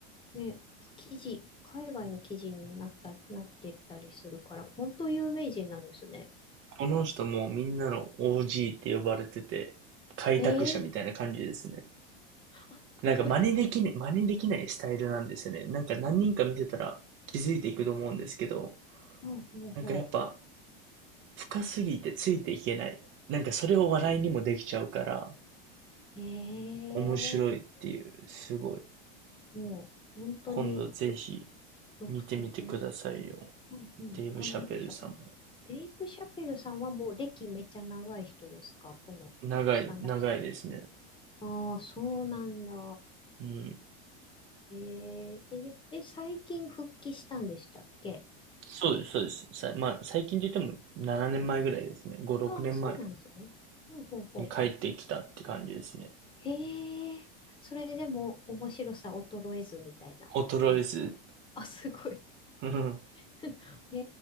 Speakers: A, on the left (about 15°); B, on the right (about 40°).
A: ね、記事、海外の記事になったり、なってったりするから、本当有名人なんですね。
B: この人もうみんなの OG って呼ばれてて、開拓者みたいな感じですね。
A: ええあ、すごい。
B: なんか真似できない、真似できないスタイルなんですよね。なんか何人か見てたら気づいていくと思うんですけど、
A: ほうほうほ
B: なんかやっぱ深すぎてついていけない。なんかそれを笑いにもできちゃうから、
A: う。
B: 面白いっていう、
A: ええ
B: すごい。
A: もう本当に
B: 今度ぜひ
A: 独特な。
B: 見てみてくださいよ。
A: うんうん、
B: デイブ・
A: わかりました。
B: シャペルさんも。
A: デイブ・シャペルさんはもう歴めちゃ長い人ですかこのスタンダップ。
B: 長い、長いですね。
A: ああ、そうなんだ。
B: うん。
A: えー、え、で、最近復帰したんでしたっけ
B: そうです、そうです。さ、まあ、最近といっても7年前ぐらいですね。5、6年前
A: ああ、そうなんですね。ほうほうほうほう。
B: に帰ってきたって感じですね。
A: へえ、それでも面白さ衰えずみたいな感じ。
B: 衰えず。
A: あ、すごい。
B: うん
A: <laughs> へ